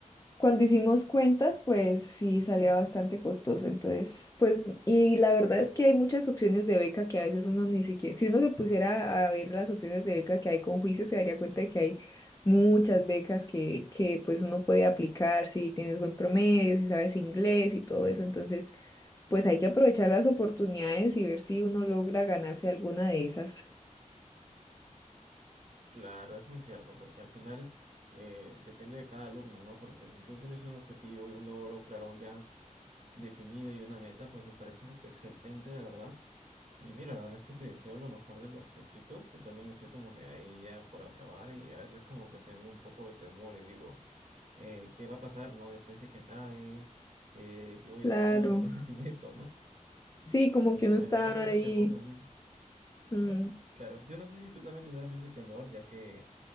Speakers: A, on the left; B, on the right.
A: cuando hicimos cuentas, pues sí salía bastante costoso. Entonces, pues, y la verdad es que hay muchas opciones de beca que a veces uno ni siquiera, si uno se pusiera a ver las opciones de beca que hay con juicio, se daría cuenta de que hay muchas becas que, que pues uno puede aplicar si tienes buen promedio, si sabes inglés y todo eso. Entonces, pues hay que aprovechar las oportunidades y ver si uno logra ganarse alguna de esas.
B: Claro, es muy cierto, porque al final eh, depende de cada alumno, ¿no? Porque si tú tienes un objetivo y un logro claro ya definido y una meta, pues me parece excelente, de verdad. Y mira, la verdad es que te deseo lo mejor de los éxitos. Yo también estoy como que ahí ya por acabar y a veces como que tengo un poco de temor y digo, eh, ¿qué va a pasar, no? Después de que acabe, eh, ¿qué voy
A: Claro.
B: a sentir o qué <laughs> sentimiento, no?
A: Sí, como
B: Y
A: que uno
B: bueno,
A: está
B: creo que ese
A: ahí.
B: temor también,
A: mm.
B: claro, yo no sé si tú también tendrás ese temor, ya que...